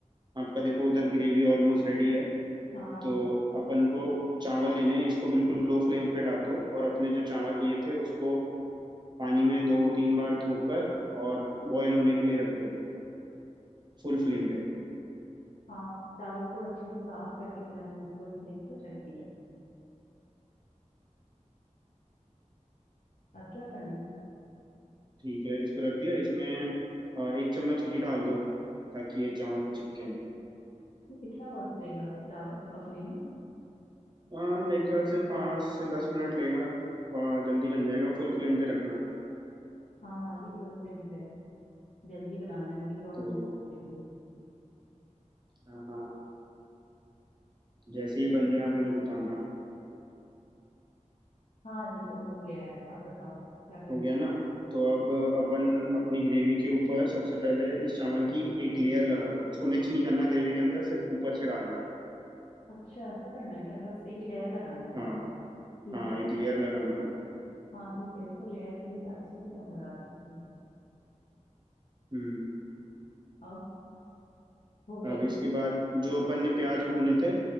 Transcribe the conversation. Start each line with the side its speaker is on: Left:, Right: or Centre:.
Right: आपका देखो उधर ग्रेवी ऑलमोस्ट रेडी है
Left: हाँ
Right: तो अपन को चावल लेने हैं इसको बिल्कुल लो फ्लेम पे डाल दो और अपने जो चावल लिए थे उसको पानी में दो तीन बार धोकर और बॉईल होने के लिए रख दो फुल फ्लेम पे
Left: हाँ चावल को अच्छे से साफ करके मैंने फुल फ्लेम पे रख दिया है अब क्या करना है
Right: ठीक है इसको रख दिया इसमें अ, एक चम्मच घी डाल दो ताकि ये चावल चिपके ना
Left: ये कितना वक्त लेगा चावल पकने में
Right: अ, मेरे ख्याल से पाँच से दस मिनट लेगा वह जल्दी बन जाएगा फुल फ्लेम पे रखना
Left: हाँ हाँ ये फुल फ्लेम पे है जल्दी बनाना है मुझे बहुत
Right: तो
Left: भूख लगी है
Right: हाँ हाँ जैसे ही बन जाए आप मुझे बताना
Left: हाँ ये तो हो गया है अब बताओ क्या करना
Right: हो गया
Left: है?
Right: ना तो अब अपन अपनी ग्रेवी के ऊपर सबसे पहले इस चावल की एक लेयर लगा दो इसको मिक्स नहीं करना ग्रेवी के अंदर सिर्फ ऊपर से डालना है
Left: अच्छा ऐसा करना है क्या बस एक लेयर लगाना है
Right: हाँ
Left: ठीक
Right: हाँ
Left: है
Right: एक लेयर लगाना है।
Left: हाँ ठीक है तो लेयर के हिसाब से ही मैं लगा देती हूँ
Right: हम्म
Left: अब हो गया
Right: अब इसके बाद जो अपन ने प्याज भूने थे